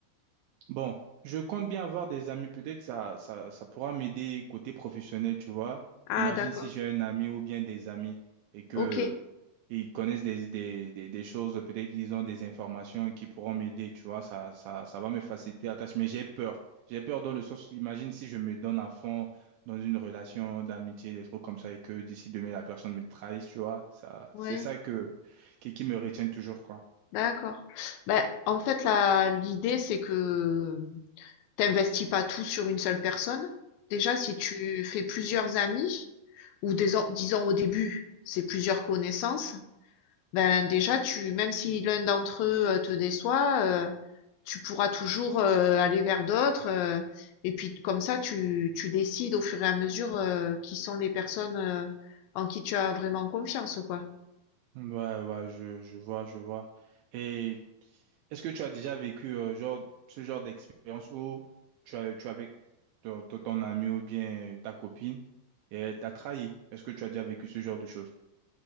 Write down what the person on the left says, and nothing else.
Ah,
d'accord.
Ok.
Ouais,
d'accord. Ben, en fait, la l'idée, c'est que t'investis pas tout sur une seule personne. Déjà, si tu fais plusieurs amis, ou des, disons au début, c'est plusieurs connaissances, Ben déjà, tu, même si l'un d'entre eux euh, te déçoit, euh, tu pourras toujours euh, aller vers d'autres. euh, et puis comme ça, tu, tu décides au fur et à mesure euh, qui sont les personnes euh, en qui tu as vraiment confiance, quoi.